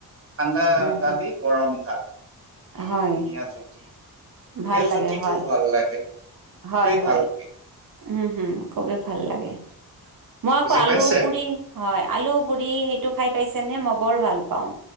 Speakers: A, on the right (about 35°); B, on the right (about 55°).
A: ঠাণ্ড
B: উম হুম
A: কালি কৰমঘাট। এই
B: হয়
A: ধুনীয়া জুতি।
B: ভাল
A: এই
B: লাগে
A: জুতিটোও
B: হয়
A: ভাল লাগে, খুবেই
B: হয় হয়
A: ভাল লাগে,
B: উম খুবেই ভাল লাগে। লাগে মই আক
A: বুজি
B: আলুপোৰি
A: পাইছে?
B: হয় আলুপোৰি সেইটো খাই। পাইছেনে মই বৰ ভাল পাওঁ।